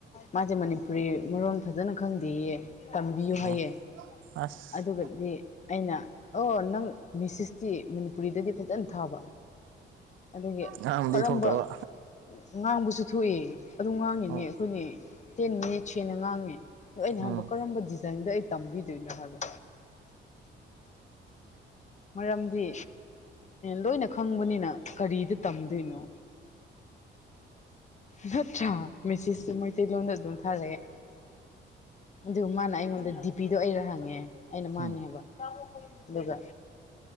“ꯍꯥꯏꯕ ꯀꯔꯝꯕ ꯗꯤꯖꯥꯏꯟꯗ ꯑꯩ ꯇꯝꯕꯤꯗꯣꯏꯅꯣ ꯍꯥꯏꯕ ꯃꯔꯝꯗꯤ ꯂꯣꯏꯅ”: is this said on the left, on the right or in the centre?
Left